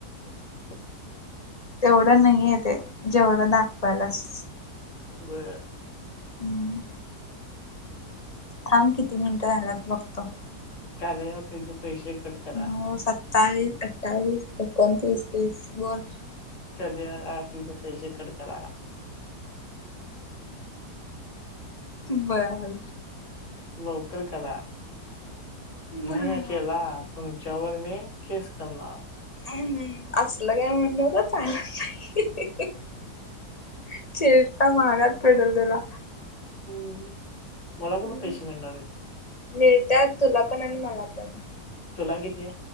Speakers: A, on the left; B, on the left.
A: <unintelligible>
B: तेवढं नाही हाय, ते जेवढं दाखवायलास.
A: बर.
B: हम्म. थांब किती मिनिटं झाल्यात बघतो?
A: कार्य ऍप हीच पैसे कट करा.
B: नऊ सत्तावीस, अठ्ठावीस, एकोणतीस, तीस बोल.
A: सध्या आरतीचे पैसे कट करा.
B: बर.
A: लवकर करा.
B: बर
A: नाही हा केला तुम तुमच्या वर मी केस करणार.
B: हम्म आसल काय म्हनु नको? चालत नाही. <inaudible> चेष्टा महागात पडल तुला.
A: हम्म. मला कुठे
B: हम्
A: पैसे मिळणार आहेत
B: मिळत्यात तुला पण आणि मला पण.
A: तुला किती?